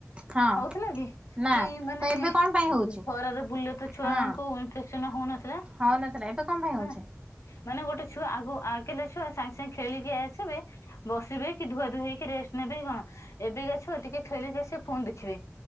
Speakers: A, on the right; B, on the left.
A: ହଁ
B: ହଉଥିଲା କି?
A: ନା
B: କି ମାନେ
A: ତ ଏବେ କଣ ପାଇଁ ହଉଛି
B: ଖରାରେ ବୁଲିଲେ ତ ଛୁଆଙ୍କୁ
A: ହଁ
B: ଇନଫେକ୍ସନ ହଉନଥିଲା।
A: ହଉନଥିଲା ଏବେ କଣ? ପାଇଁ
B: ହେଲା
A: ହଉଛି
B: ମାନେ ଗୋଟେ ଛୁଆ ଆଗୁ ଆଗେଲେ ଛୁଆ ସାଙ୍ଗେ ସାଙ୍ଗେ ଖେଳିକି ଆସିବେ। ବସିବେ କି ଧୁଆ ଧୁଇ ହେଇକି ରେଷ୍ଟ ନେବେ କି କଣ? ଏବେ ଆଛିବ ଟିକେ ଖେଳିକି ଆସ ଫୁନ୍ ଦେଖିବି